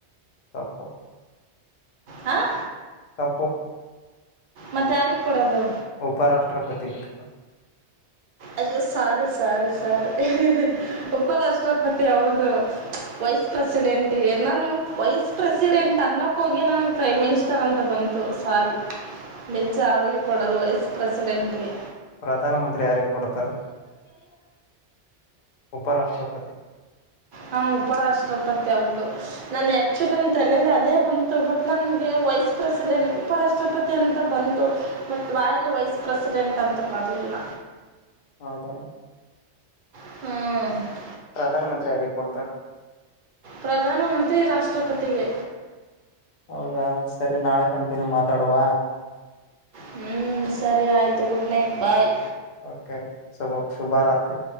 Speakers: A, on the left; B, on the right.
A: ತಪ್ಪು
B: ಹಾಂ
A: ತಪ್ಪು.
B: ಮತ್ತ್ಯಾರಿಗೆ ಕೊಡದು?
A: ಉಪರಾಷ್ಟ್ರಪತಿಗೆ.
B: ಅಯ್ಯೋ ಸಾರಿ ಸಾರಿ ಸಾರಿ ಉಪರಾಷ್ಟ್ರಪತಿ ಹೌದು. ವೈಸ್ ಪ್ರೆಸಿಡೆಂಟ್ಗೆ ನಾನು ವೈಸ್ ಪ್ರೆಸಿಡೆಂಟ್ ಅನ್ನೋಕ್ ಹೋಗಿ ನಾನು ಪ್ರೈಮ್ ತರಂತ ಬಂತು ಸಾರಿ ನಿಜ ಅವ್ರಿಗೆ ಕೊಡೋದು ವೈಸ್ ಪ್ರೆಸಿಡೆಂಟ್ಗೆ.
A: ಪ್ರಧಾನ ಮಂತ್ರಿ ಯಾರಿಗ್ ಕೊಡ್ತಾರೆ ಉಪರಾಷ್ಟ್ರಪತಿ.
B: ಹಾ ಉಪರಾಷ್ಟ್ರಪತಿ ಹೌದು. ನಾನ್ ಆಕ್ಚುಲಿ ಅಂತಲ್ಲ ಅದೇ ಬಂತು ಬಟ್ ನನ್ಗೆ ವೈಸ್ ಪ್ರೆಸಿಡೆಂಟ್ ಉಪರಾಷ್ಟ್ರಪತಿ ಅಂತ ಬಂ ಬಟ್ ವಾಯ್ಲು ವೈಸ್ ಪ್ರೆಸಿಡೆಂಟ್ ಅಂತ ಬರ್ಲಿಲ್ಲ.
A: ಹೌದಾ
B: ಹ್ಮ್
A: ಪ್ರಧಾನ ಮಂತ್ರಿ ಯಾರಿಗ್ ಕೊಡ್ತರ್.
B: ಪ್ರಧಾನ ಮಂತ್ರಿ ರಾಷ್ಟ್ರಪತಿಗೆ.
A: ಹೌದಾ ಸರಿ ನಾಳೆ ಕಂಟಿನ್ಯೂ ಮಾತಾಡುವ.
B: ಹ್ಮ್ ಸರಿ ಆಯ್ತು ಗುಡ್ ನೈಟ್ ಬಾಯ್.
A: ಓಕೆ ಸುಬೊ ಶುಭ ರಾತ್ರಿ.